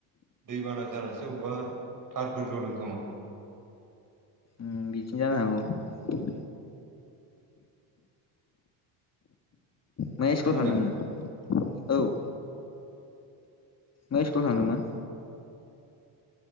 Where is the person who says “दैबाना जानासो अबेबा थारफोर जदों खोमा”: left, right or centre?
Right